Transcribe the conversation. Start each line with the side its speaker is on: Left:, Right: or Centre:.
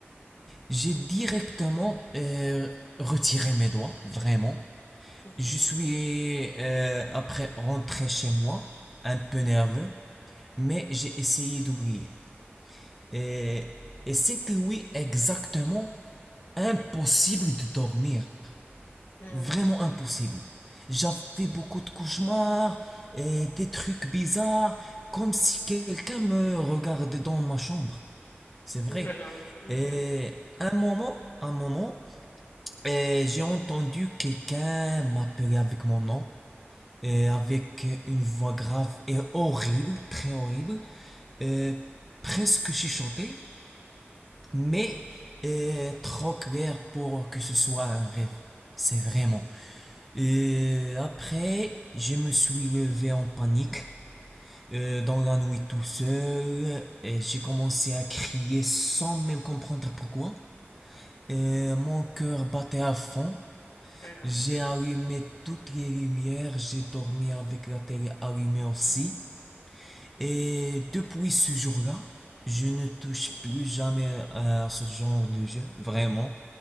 Centre: J'ai directement euh, retiré mes doigts, vraiment.
Left: Mhm,
Centre: Je suis euh, après rentré chez moi, un peu nerveux, mais j'ai essayé d'oublier. Et, et c'était oui exactement impossible de dormir.
Left: mhm.
Centre: Vraiment impossible. J'avais beaucoup de cauchemars et des trucs bizarres, comme si quelqu'un me regardait dans ma chambre. C'est vrai.
Left: Ouh là là. mhm,
Centre: Et un moment, un moment, et j'ai entendu quelqu'un m'appeler avec mon nom, et avec une voix grave et horrible, très horrible, et presque chuchotée mais euh, trop clair pour que ce soit un rêve. C'est vraiment. Euh, après, je me suis levé en panique euh, dans la nuit tout seul j'ai commencé à crier sans même comprendre pourquoi. Et mon cœur battait à fond.
Left: là là,
Centre: J'ai
Left: mhm.
Centre: allumé toutes les lumières, j'ai dormi avec la télé allumée aussi. Et depuis ce jour-là, je ne touche plus jamais à ce genre de jeu, vraiment.